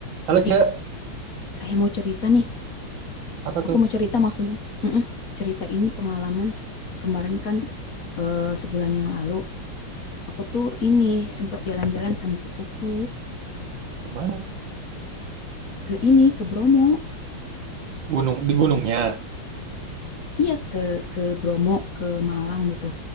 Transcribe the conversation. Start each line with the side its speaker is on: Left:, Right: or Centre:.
Right: Halo
Left: Ih,
Right: Ce,
Left: saya mau cerita nih.
Right: apa
Left: Aku
Right: tuh?
Left: mau cerita maksud, Mm-mm. cerita ini pengalaman kemarin kan eh, sebulan yang lalu. Aku tuh ini sempat jalan-jalan sama sepupu
Right: Kemana?
Left: ke ini ke Bromo.
Right: Gunung di gunungnya.
Left: Iya ke ke Bromo ke Malang gitu.